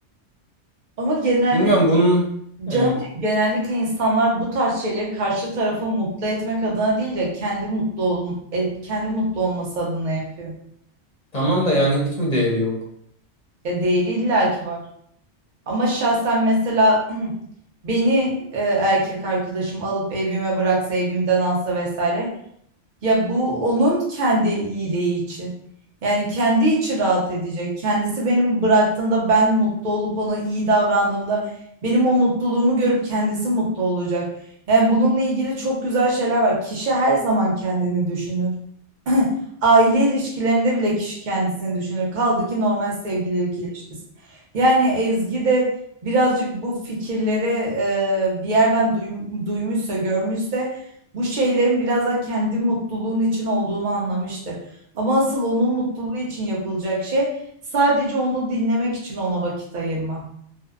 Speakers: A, on the right; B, on the left.
A: Ama genellikle
B: Bilmiyorum bunun evet.
A: Canım, genellikle insanlar bu tarz şeyleri karşı tarafı mutlu etmek adına değil de kendi mutlu ol, et, kendi mutlu olması adına yapıyor.
B: Tamam da yani hiç mi değeri yok?
A: Ya değeri illaki var. Ama şahsen mesela <clears throat> beni e, erkek arkadaşım alıp evime bıraksa, evimden alsa vesaire Ya bu onun kendi iyiliği için. Yani kendi içi rahat edecek. Kendisi benim bıraktığımda ben mutlu olup ona iyi davrandığımda benim o mutluluğumu görüp kendisi mutlu olacak. Yani bununla ilgili çok güzel şeyler var. Kişi her zaman kendini düşünür. Aile ilişkilerinde bile kişi kendisini düşünür. Kaldı ki normal sevgililik ilişkisi. Yani Ezgi de birazcık bu fikirleri e, bir yerden duym- duymuşsa, görmüşse bu şeylerin biraz da kendi mutluluğun için olduğunu anlamıştır. Ama asıl onun mutluluğu için yapılacak şey sadece onu dinlemek için ona vakit ayırma.